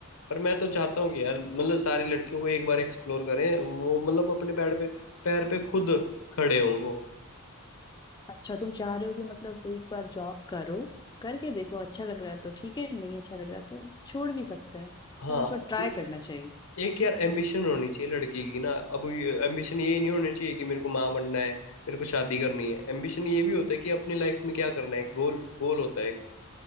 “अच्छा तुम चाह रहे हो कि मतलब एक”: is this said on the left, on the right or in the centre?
Left